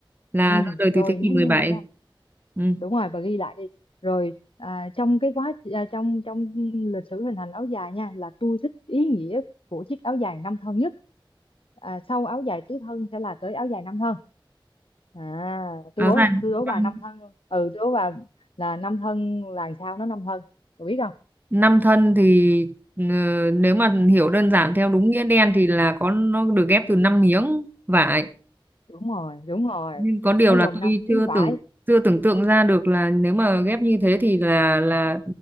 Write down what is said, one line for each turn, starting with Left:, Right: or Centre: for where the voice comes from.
Right: là
Left: ừ
Right: ra đời
Left: rồi
Right: từ thế kỷ
Left: nhưng
Right: 17.
Left: mà nha
Right: Ừ.
Left: đúng rồi và ghi lại đi rồi à, trong cái quá à, trong trong lịch sử hình thành áo dài nha là tôi thích ý nghĩa của chiếc áo dài năm thân nhất à, sau áo dài tứ thân sẽ là tới áo dài năm thân à tôi
Right: Áo
Left: đố
Right: dài
Left: tôi đố
Right: năm,
Left: bà năm thân ừ tôi đố bà là năm thân là làm sao nó năm thân bà biết không
Right: năm thân thì ờ, nếu mà hiểu đơn giản theo đúng nghĩa đen thì là có nó được ghép từ năm miếng vải.
Left: đúng rồi đúng rồi
Right: Nhưng có điều
Left: nó
Right: là
Left: gồm
Right: tôi
Left: năm miếng
Right: chưa
Left: vải
Right: tưởng chưa tưởng tượng ra được là nếu mà ghép như thế thì là là